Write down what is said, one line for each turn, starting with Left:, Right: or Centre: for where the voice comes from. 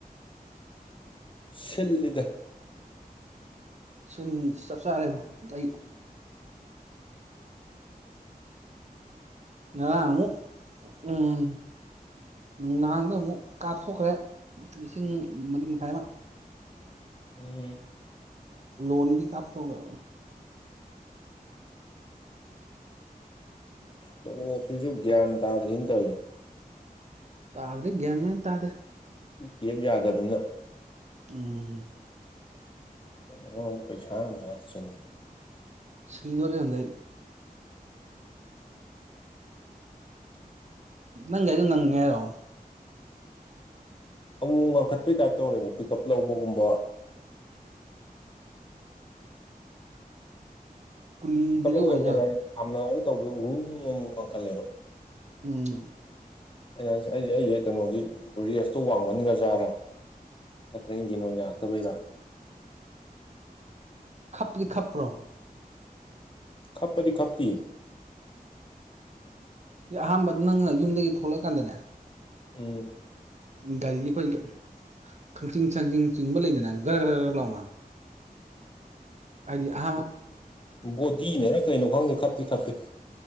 Left: ꯁꯤꯟꯂꯗ
Right: ꯁꯤꯟ ꯆꯞ ꯆꯥꯔꯦꯕꯣ ꯑꯩ ꯉꯗ ꯑꯃꯃꯛ ꯎꯝ ꯅꯨꯡꯗꯥꯡꯗ ꯑꯃꯨꯛ ꯀꯥꯞꯊꯣꯛꯈ꯭ꯔꯦ ꯂꯤꯁꯤꯡ ꯃꯔꯤ ꯃꯈꯥꯏꯃ
Left: ꯎꯝ
Right: ꯂꯣꯟꯣꯟꯒꯤ ꯀꯥꯞꯇꯧꯒ
Left: ꯇꯣꯂꯣꯞꯐꯁꯨ ꯒ꯭ꯌꯥꯟ ꯇꯥꯗ꯭ꯔꯤꯅ ꯇꯧꯔꯤꯅꯦ
Right: ꯇꯥꯔꯦ ꯒꯟ ꯃ ꯇꯥꯗꯔꯦ
Left: ꯄꯤꯞ ꯌꯥꯗꯕꯅꯤꯅ
Right: ꯎꯝ
Left: ꯆ ꯄꯩꯥ ꯃ ꯌꯥ ꯆ
Right: ꯁꯤꯗꯣꯔꯏ ꯅꯪꯒ ꯑꯩꯗꯣ ꯉꯪꯉꯦ ꯍꯥꯏꯔꯣ
Left: ꯑꯃꯨꯛ ꯉꯡꯈꯠꯄꯩ ꯇꯥꯏꯞ ꯇꯧꯔꯦꯕ ꯄꯤꯛ ꯎꯞ ꯂꯧꯕꯒꯨꯝꯕ
Right: ꯀꯨꯂꯤꯗꯒ
Left: ꯍꯀꯝꯋꯅꯦꯗꯥ
Right: ꯑꯣꯏꯖꯥꯠꯂꯣ
Left: ꯊꯝꯅꯔꯒ ꯇꯧꯕ ꯑꯍꯨꯝ ꯑꯃꯃꯨꯛ ꯋꯥꯡꯈꯠꯂꯦꯕ
Right: ꯎꯝ
Left: ꯑꯩꯅ ꯑꯩꯗꯤ ꯑꯩꯁꯦ ꯀꯩꯅꯣꯗꯤ ꯔꯦꯁꯇꯨ ꯋꯥꯡꯃꯟꯒ꯭ꯔꯖꯥꯔꯥ ꯑꯠꯇ ꯏꯟꯖꯤꯤꯟ ꯋꯥ ꯍꯥꯥꯛꯇꯕꯩꯔ
Right: ꯈꯞꯗꯤ ꯈꯞꯄ꯭ꯔꯣ
Left: ꯈꯄꯗꯤ ꯈꯞꯤ
Right: ꯑꯩꯈ ꯑꯍꯥꯟꯕ ꯅꯪꯅ ꯌꯨꯝꯗꯒꯤ ꯊꯣꯛꯂꯛꯑꯀꯥꯟꯗꯅꯦ
Left: ꯎꯝ
Right: ꯒꯥꯔꯤꯗꯤ ꯑꯩꯈꯣꯏ ꯀꯪꯆꯤꯡ ꯁꯪꯖꯤꯡ ꯆꯤꯡꯕ ꯂꯩꯗꯅ ꯒ꯭ꯔ ꯒ꯭ꯔ ꯒ꯭ꯔ ꯈ ꯂꯥꯛꯑꯣꯅ ꯍꯥꯏꯗꯤ ꯑꯍꯥꯟꯕ
Left: ꯕꯣꯗꯤꯅ ꯀꯩꯅꯣ ꯈꯪꯗꯦ ꯈꯞꯇꯤ ꯈꯞꯄꯦ